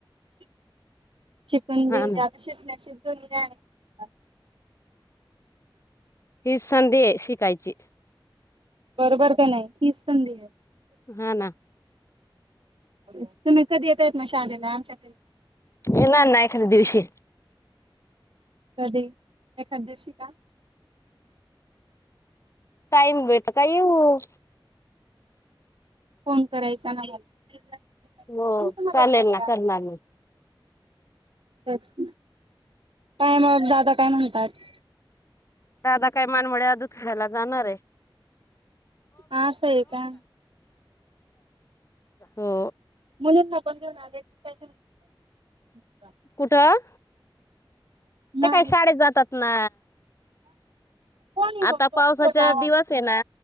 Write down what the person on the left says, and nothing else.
हा
ना
ही संधीये शिकायची.
हा ना.
येनार ना एखाद्या दिवशी.
टाईम भेटल का येऊऊ.
हो
चालेल
ना करणार ना.
दादा काय मानमोड्या दुधखेड्याला जाणारे.
हो
कुठं
ते काय शाळेत जातात ना
आता
पावसाचा
दिवस आहे ना